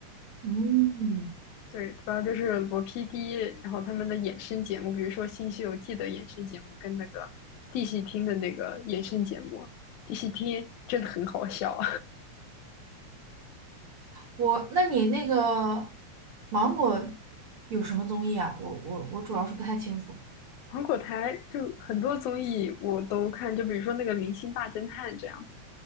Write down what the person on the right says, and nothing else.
嗯，
我，那你那个芒果有什么综艺啊？我我我主要是不太清楚。